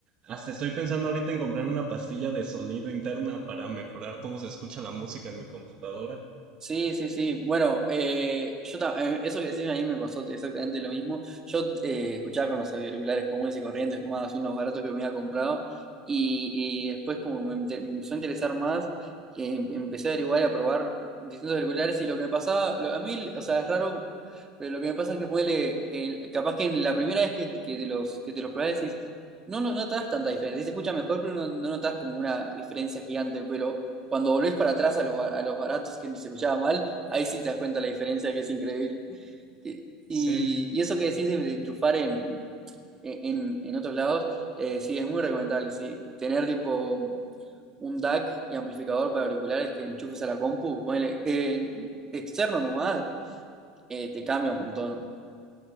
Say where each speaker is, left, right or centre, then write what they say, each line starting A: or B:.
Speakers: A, on the right (about 45°); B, on the right (about 25°).
A: Hasta estoy pensando ahorita en comprar una pastilla de sonido interna para mejorar cómo se escucha la música en mi computadora.
B: Sí, sí, sí. Bueno, eh, yo ta- eh, eso que decís a mí me pasó exactamente lo mismo. Yo eh, escuchaba con los auriculares comunes y corrientes, nomás unos baratos que me había comprado, y, y después como me, inte- me empezó a interesar más, eh, em- empecé a averiguar y a probar distintos auriculares y lo que me pasaba, lo- a mí, o sea, es raro, pero lo que me pasa es que puede, capaz que en la primera vez que, que te los, que te los probás decís, no, no no notas tanta diferencia, Sí se escucha mejor, pero no, no notas como una diferencia gigante, cuando volvés para atrás a los, ba- a los baratos que nos escuchaba mal, ahí sí te das cuenta la diferencia que es increíble. Y, y-
A: Sí,
B: eso que decís de, de enchufar en, en, en otros lados, eh, sí, es muy recomendable, sí. Tener tipo un DAC y amplificador para auriculares que enchufes a la compu, ponele, eh, externo nomás, eh, te cambia un montón.